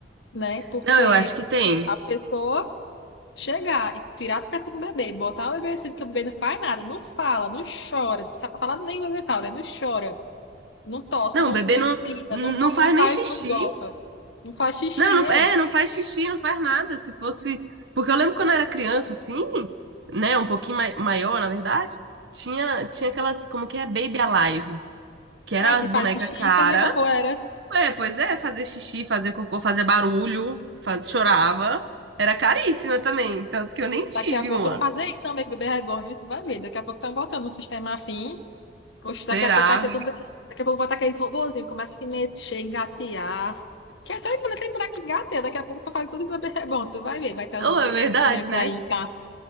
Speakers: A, on the left; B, on the right.
A: né? Porque
B: Não, eu acho que tem.
A: a pessoa. Chegar e tirar as pernas do bebê, botar o bebê assim, que o bebê não faz nada, não fala, não chora, não sabe falar nem o bebê fala, né? Não chora, não tosse,
B: Não,
A: não,
B: o bebê
A: não espirra,
B: não, não
A: não, vo-
B: faz
A: não faz,
B: nem xixi.
A: não gofa, não faz xixi,
B: Não, não,
A: é.
B: é, não faz xixi, não faz nada. Se fosse. Porque eu lembro quando eu era criança, assim, né? Um pouquinho mai- maior, na verdade, tinha, tinha aquelas, como que é? Baby Alive, que eram
A: É,
B: as
A: que
B: bonecas
A: faz xixi
B: cara.
A: e fazia cocô, era.
B: É, pois é, fazer xixi, fazer cocô, fazer barulho, faz, chorava. Era caríssima também, tanto que eu nem tive
A: Daqui a pouco
B: uma.
A: não fazer isso também, que o bebê é reborn, e tu vai ver. Daqui a pouco estão voltando no sistema assim. Oxe,
B: Será?
A: daqui a pouco vai ser tudo. Daqui a pouco botar aqueles robôzinhos, começa a se mexer, engatear. Que até mulher tem boneco que engateia, daqui a pouco tu faz tudo isso no bebê é reborn, tu vai ver. Vai ter
B: Não,
A: os, bi-
B: é verdade,
A: os bonecos
B: né?
A: aí, tá?